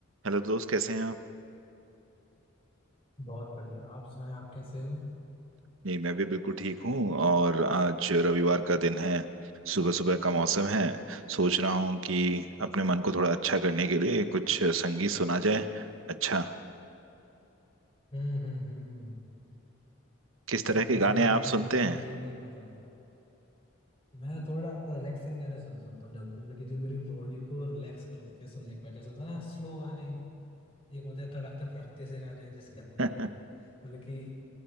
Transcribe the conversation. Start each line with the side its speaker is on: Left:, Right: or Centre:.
Right: Hello दोस्त कैसे हैं आप
Left: बहुत बढ़िया आप सुनाएं आप कैसे हो
Right: जी मैं भी बिल्कुल ठीक हूँ और आज रविवार का दिन है सुबह सुबह का मौसम है सोच रहा हूँ कि अपने मन को थोड़ा अच्छा करने के लिए कुछ संगीत सुना जाए अच्छा
Left: हम्म हम्म हम्म
Right: किस तरह
Left: सुबह
Right: के गाने
Left: सुबह
Right: आप
Left: गाने सुनने
Right: सुनते
Left: के
Right: हैं
Left: अलग ही मजा आता है मैं थोड़ा रिलैक्सिंग गाने सुन सुनता हूँ ज्यादा मतलब कि जो मेरी बॉडी को रिलैक्स कर देते हैं सुनने के बाद जैसे होता है ना स्लो गाने एक होते हैं तड़कते फड़कते से गाने जिसके अंदर
Right: <laughs>
Left: मतलब कि